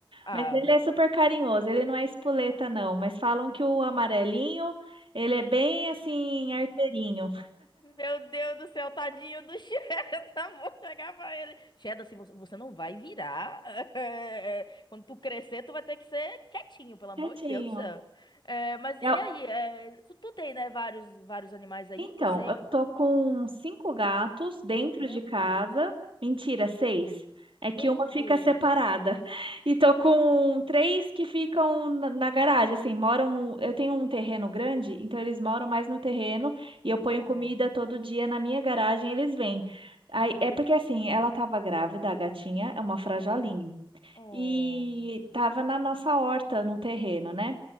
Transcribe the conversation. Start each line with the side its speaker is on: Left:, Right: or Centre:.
Left: Ah,
Right: Mas ele é super
Left: co-
Right: carinhoso, ele não é espoleta, não. Mas falam que o amarelinho, ele é bem assim, arteirinho.
Left: Meu Deus do céu, tadinho do Cheddar, <laughs> amor, chegar pra ele. Cheddar, se você, você não vai virar. <laughs> Quando tu crescer, tu vai ter que ser quietinho, pelo amor
Right: Quietinho.
Left: de Deus do céu. Eh, mas e
Right: É,
Left: aí? eh, tu, tu tem, né, vários, vários animais aí
Right: Então,
Left: que eu sei?
Right: eu tô com cinco gatos dentro
Left: Meu, meu
Right: de casa.
Left: Deus.
Right: Mentira, seis. É
Left: Meu
Right: que uma
Left: Deus.
Right: fica separada. <laughs> E tô com três que ficam na, na garagem, assim, moram no. Eu tenho um terreno grande, então eles moram mais no terreno e eu ponho
Left: Hum.
Right: comida todo dia na minha garagem, e eles vêm. Aí, é porque assim, ela tava grávida, a gatinha é uma frajolinha
Left: Uhum. Oh.
Right: e estava na nossa horta, no terreno, né?